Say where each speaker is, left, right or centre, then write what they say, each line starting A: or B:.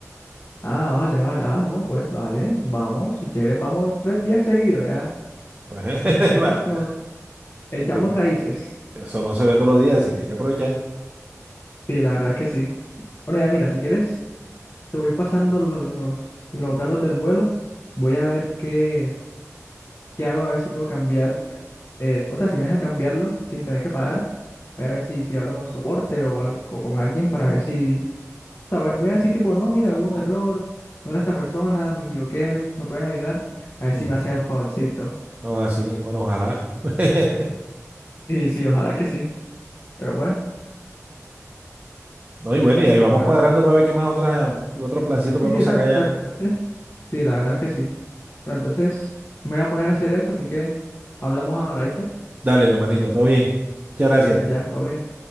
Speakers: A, on the left (about 50°); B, on the right (about 30°).
A: Ah, vale, vale. Ah, no, pues vale, vamos, si quieres, vamos tres días seguidos, ya.
B: Pues, <laughs>
A: Ahí
B: va,
A: nos, nos echamos
B: y pues,
A: raíces.
B: eso no se ve todos los días, así que hay que aprovechar.
A: Sí, la verdad es que sí. Bueno, ya mira, si quieres. Te voy pasando lo- los, los datos del vuelo. Voy a ver qué, qué hago, a ver si puedo cambiar. eh, o sea, si me deja cambiarlo sin tener que pagar. Voy a ver si, si hablo con soporte o, al- o con alguien para ver si. o sea, voy, voy a decir, tipo, no, mira, hubo un error. No era esta persona, me equivoqué. ¿Me pueden ayudar? A ver
B: Ujú.
A: si me hacen el favorcito.
B: No, así, bueno, ojalá. <laughs>
A: Sí, sí, ojalá que sí. Pero bueno,
B: No, y bueno, y ahí vamos
A: bueno,
B: cuadrando
A: entonces.
B: para ver qué más otra, otro plancito podemos
A: Sí, sí, exacto,
B: sacar ya.
A: exacto. Entonces, sí, la verdad es que sí. Pero entonces me voy a poner a hacer eso, así que hablamos ahora, ¿viste?
B: Dale, mi hermanito, todo bien. Muchas gracias.
A: Ya, todo bien.